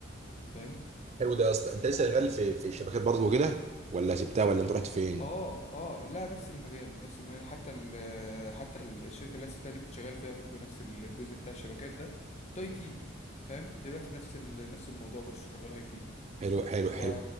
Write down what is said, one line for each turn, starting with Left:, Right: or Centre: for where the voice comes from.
Left: فاهم
Right: حلو ده يا اسطى انت لسه شغال في في الشبكات برضه وكده ولا سبتها ولا انت رحت فين
Left: اه اه لا نفس المجال نفس المجال حتى ال حتى الشركه اللي أنا سبتها دي كنت شغال فيها برضه نفس الجزء بتاع الشبكات ده كنت اي تي فاهم دلوقتي نفس ال نفس الموضوع برضه شغال اي تي
Right: حلو حلو
Left: ف
Right: حلو